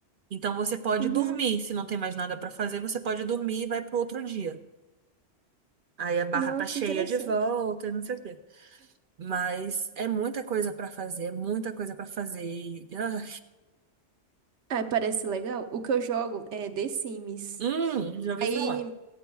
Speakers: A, on the right; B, on the right.
A: Então você pode
B: Uhum.
A: dormir, se não tem mais nada pra fazer, você pode dormir e vai pro outro dia. Aí a barra
B: Não,
A: tá
B: que
A: cheia
B: interessante.
A: de volta e não sei o quê. Mas é muita coisa pra fazer, muita coisa pra fazer. E, ah,
B: Ah, parece legal. O que eu jogo é The Sims.
A: hum, já ouvi
B: Aí
A: falar.